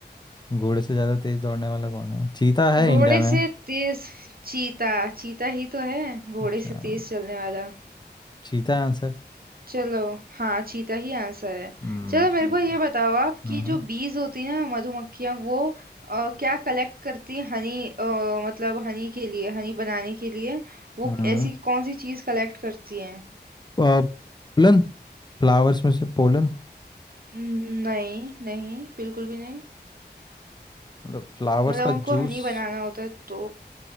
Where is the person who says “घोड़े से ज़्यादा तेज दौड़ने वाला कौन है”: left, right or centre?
Left